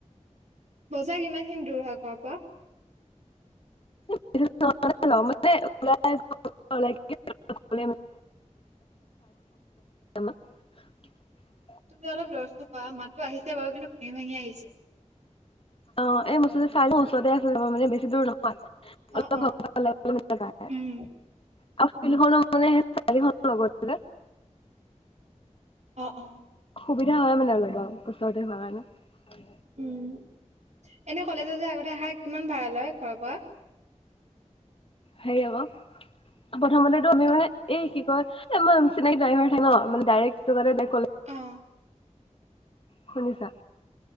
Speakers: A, on the right (about 65°); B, on the left (about 45°).
A: বজাৰ কিমান খিনি দূৰ হয় ঘৰৰ পৰা?
B: <unintelligible> মানে <unintelligible> ওলাই <unintelligible> ক'লে <unintelligible>
A: তুমি অলপ লৰচৰ কৰা। মাতটো আহিছে বাৰু, কিন্তু ভাঙি-ভাঙি আহিছে।
B: অ', এই মুঠতে চাই লওঁ। ওচৰতে আছে যদি <unintelligible> মানে বেছি দূৰ নহ <unintelligible>
A: অ অ উম
B: আৰু ফিল্ড খনো মানে সেই চাৰিখনৰ লগত বোলে।
A: অহ' অ'।
B: সুবিধা হয় মানে অলপ আৰু ওচৰতে হোৱা কাৰণে।
A: উম এনে কলেজত যে আগতে আহা কিমান ভাড়া লয় ঘৰৰ পৰা?
B: হেৰি অ'ক প্ৰথমতেতো আমি মানে, এই কি কয়, এ ম চিনাকী ড্ৰাইভাৰ থাকে ন। মানে ডাইৰেক্ট <unintelligible>
A: অ
B: শুনিছা?